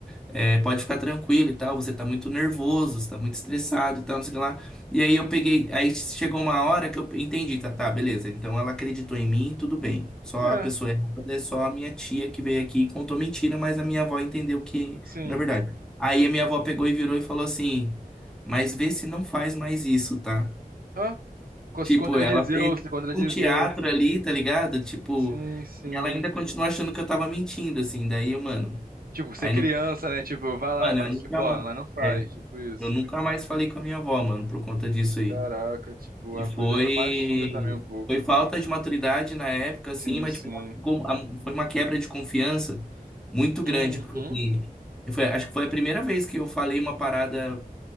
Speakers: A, in the centre; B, on the right (about 75°).
A: É, pode ficar tranquilo e tal, você tá muito nervoso, você tá muito estressado e tal, não sei o que lá. E aí eu peguei, aí chegou uma hora que eu entendi, tá, tá, beleza. Então ela acreditou em mim, tudo bem. Só
B: É,
A: a pessoa errada é só a minha tia que veio aqui e contou mentira, mas a minha avó entendeu que,
B: sim.
A: na verdade. Aí a minha avó pegou e virou e falou assim: Mas vê se não faz mais isso, tá?
B: Ah, co-
A: Tipo,
B: se contradizeu,
A: ela fez
B: se contradizeu.
A: um teatro ali, tá ligado? Tipo,
B: Sim, sim.
A: e ela ainda continuou achando que eu tava mentindo, assim. Daí, mano,
B: Tipo, ser
A: aí
B: criança,
A: não,
B: né? Tipo, vai lá,
A: mano,
B: mas
A: eu nunca
B: tipo, ó,
A: mais.
B: mas não faz, tipo isso.
A: Eu nunca mais falei com a minha avó, mano, por conta disso aí.
B: Caraca, tipo,
A: E
B: é uma
A: foi.
B: coisa que machuca também um pouco.
A: Foi falta de maturidade na época, assim,
B: Sim,
A: mas
B: sim.
A: tipo, como- a- foi uma quebra de confiança muito grande,
B: Uhum,
A: porque assim, eu foi- acho que foi a primeira vez que eu falei uma parada,